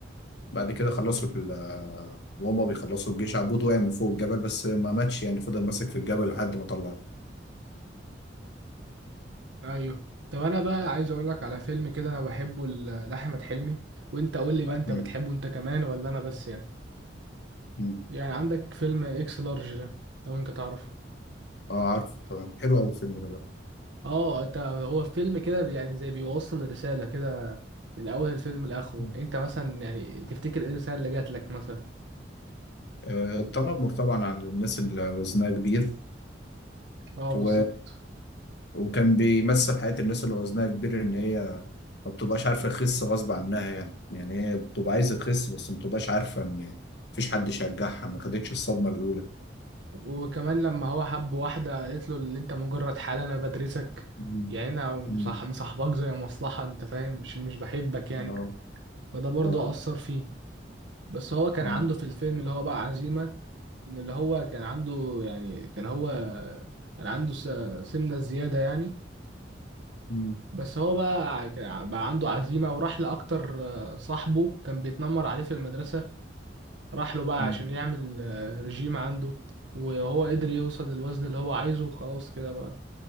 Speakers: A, on the left (about 65°); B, on the right (about 80°).
A: بعد كده خلصوا ال- آه، وهما بيخلصوا الجيش عبود وقع من فوق الجبل بس ما ماتش يعني فضل ماسك في الجبل لحد ما طلعه
B: ايوه طب انا بقى عايز اقول لك على فيلم كده انا بحبه ل- لاحمد حلمي وانت قول لي بقى انت
A: مم.
B: بتحبه انت كمان ولا انا بس يعني
A: مم.
B: يعني عندك فيلم اكس لارج ده لو انت تعرفه
A: اه عارف طبعا حلو قوي الفيلم ده برضه
B: اه انت هو فيلم كده بي- يعني زي بيوصل رسالة كده من اول الفيلم لاخره
A: مم.
B: انت مثلا يعني تفتكر ايه الرسالة اللي جات لك مثلا
A: آه، التنمر طبعا على الناس اللي وزنها كبير
B: اه بالظبط
A: و... وكان بيمثل حياة الناس اللي وزنها كبير ان هي ما بتبقاش عارفة تخس غصب عنها يعني يعني هي بتبقى عايزة تخس بس ما بتبقاش عارفة ان مفيش حد يشجعها ما خدتش الصدمة الأولى
B: وكمان لما هو حب واحدة قالت له اللي انت مجرد حال انا بدرسك
A: مم.
B: يعني انا
A: مم.
B: صح مصاحبك زي مصلحة انت فاهم مش مش بحبك يعني
A: اه
B: فده برضه
A: اه
B: أثر فيه بس هو كان
A: مم.
B: عنده في الفيلم اللي هو بقى عزيمة من اللي هو كان عنده يعني كان هو كان عنده س- سمنة زيادة يعني
A: مم.
B: بس هو بقى ع- كان ع- بقى عنده عزيمة وراح لأكتر آه، صاحبه كان بيتنمر عليه في المدرسة راح له بقى
A: مم.
B: عشان يعمل آه، رجيم عنده وهو قدر يوصل للوزن اللي هو عايزه وخلاص كده بقى